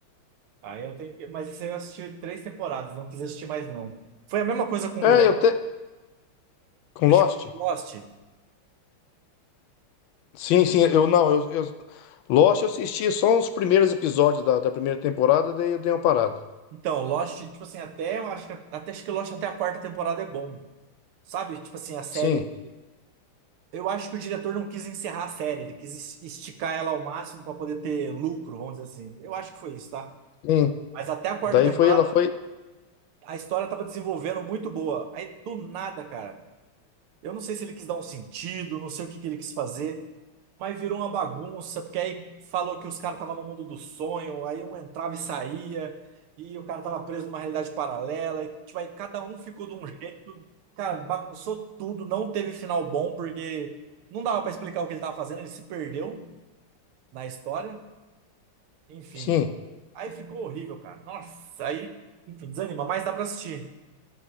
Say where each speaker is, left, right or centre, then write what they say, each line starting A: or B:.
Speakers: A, on the right (about 85°); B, on the left (about 75°).
A: Aí eu tenho que... Mas isso aí eu assisti três temporadas, não quis assistir mais não. Foi a mesma coisa com
B: É,
A: o Lo-
B: eu te... Com
A: Você
B: Lost?
A: chegou com Lost.
B: Sim, sim, eu não, eu, eu... Lost eu assisti só os primeiros episódios da, da primeira temporada, daí eu dei uma parada.
A: Então, Lost, tipo assim, até eu acho que até acho que Lost até a quarta temporada é bom. Sabe? Tipo assim, a série.
B: Sim,
A: Eu acho que o diretor não quis encerrar a série, ele quis es- esticar ela ao máximo para poder ter lucro, vamos dizer assim. Eu acho que foi isso, tá?
B: sim.
A: Mas até a quarta
B: Daí
A: temporada,
B: foi, ela foi...
A: a história tava desenvolvendo muito boa. Aí do nada, cara. Eu não sei se ele quis dar um sentido, não sei o que que ele quis fazer. Mas virou uma bagunça, porque aí falou que os caras estavam no mundo do sonho, aí um entrava e saía, e o cara tava preso numa realidade paralela, e tipo, aí cada um ficou de um jeito. Cara, bagunçou tudo, não teve final bom, porque não dava pra explicar o que ele tava fazendo, ele se perdeu na história. Enfim,
B: Sim.
A: aí ficou horrível, cara. Nossa, aí, enfim, desanima, mas dá pra assistir.